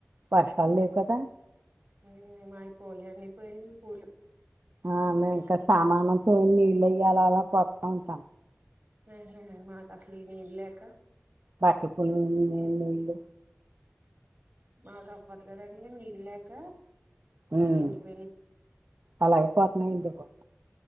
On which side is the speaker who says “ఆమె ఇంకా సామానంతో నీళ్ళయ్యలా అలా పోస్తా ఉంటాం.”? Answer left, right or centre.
Right